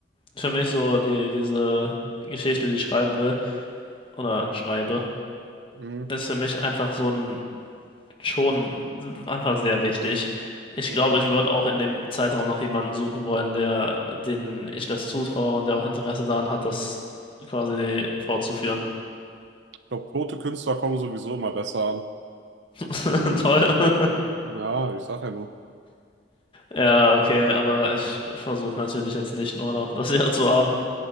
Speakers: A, on the left; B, on the right.
A: für mich so die, diese Geschichte, die ich schreiben will, oder schreibe,
B: Mhm,
A: ist für mich einfach so ein schon einfach sehr wichtig. Ich
B: ja.
A: glaube, ich würde auch in dem Zeitraum noch jemanden suchen wollen, der, den ich das zutraue und der auch Interesse daran hat, das quasi fortzuführen.
B: Ich glaube, tote Künstler kommen sowieso immer besser an.
A: <laughs> Toll.
B: Ja, ich sag ja nur.
A: Ja, okay, aber ich versuche natürlich jetzt nicht nur noch das Jahr zu haben.